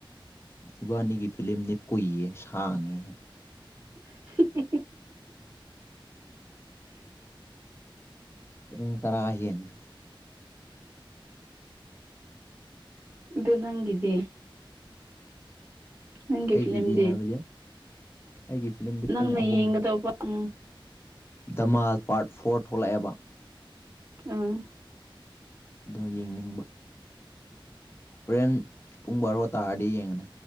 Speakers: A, on the left; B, on the right.
A: ꯏꯕꯥꯅꯤꯒꯤ ꯐꯤꯂꯝꯂꯝꯅꯦ ꯀꯨꯏꯌꯦ ꯁꯥꯡꯉꯦ
B: <unintelligible>
A: ꯎ ꯇꯔꯥ ꯑꯅꯤ
B: ꯑꯗꯨ ꯅꯪꯗꯤ ꯅꯪꯒꯤ
A: ꯑꯩꯒꯤꯗꯤ
B: ꯐꯤꯂꯝꯗꯤ
A: ꯍꯥꯏꯕꯗꯤ ꯑꯩꯒꯤ ꯐꯤꯂꯝꯗꯤ
B: ꯅꯪꯅ
A: ꯄꯨꯡ ꯑꯍꯨꯝ
B: ꯌꯦꯡꯒꯗꯧꯕ ꯎꯝ
A: ꯗꯃꯥꯜ ꯄꯥꯔꯠ ꯐꯣꯔ ꯊꯣꯛꯂꯛꯑꯦꯕ
B: ꯑꯥ
A: ꯑꯗꯣ ꯌꯦꯡꯅꯤꯡꯕ ꯍꯣꯔꯦꯟ ꯄꯨꯡ ꯕꯥꯔꯣ ꯇꯥꯔꯗꯤ ꯌꯦꯡꯉꯅꯤ